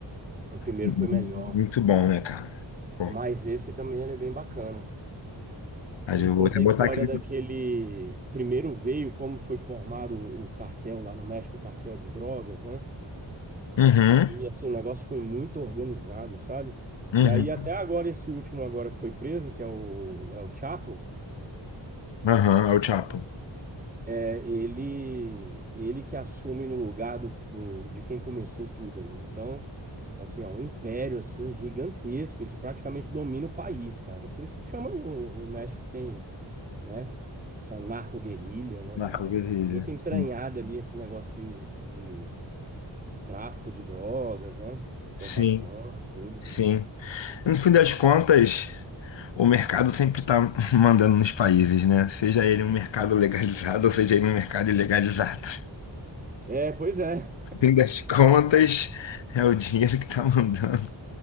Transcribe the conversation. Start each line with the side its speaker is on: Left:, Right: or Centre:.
Right: O primeiro
Left: Muito
Right: foi melhor.
Left: bom, né, cara? Bom,
Right: Mas esse também ele é bem bacana.
Left: mas
Right: Ele
Left: eu
Right: conta
Left: vou até botar
Right: a história
Left: aqui.
Right: daquele. Primeiro veio como foi formado o o cartel lá no México, o cartel de drogas, né?
Left: Uhum,
Right: E assim, o negócio foi muito organizado, sabe?
Left: uhum,
Right: E aí, até agora, esse último agora que foi preso, que é o, é o Chapo,
Left: aham, é o Chapo.
Right: É, ele ele que assume no lugar do, do- de quem começou tudo ali. Então, assim, é um império assim gigantesco, eles praticamente dominam o país, cara. É por isso que chama o, o México tem, né, essa narco-guerrilha, né,
Left: Marco
Right: cara?
Left: Guerrilha.
Right: É, é muito entranhado
Left: Sim,
Right: ali esse negócio de, de tráfico de drogas, né?
Left: sim,
Right: Plantação, tudo.
Left: sim. No fim das contas. O mercado sempre está <laughs> mandando nos países, né? Seja ele um mercado legalizado ou seja ele um mercado ilegalizado.
Right: É, pois é.
Left: No fim das contas, é o dinheiro que está mandando.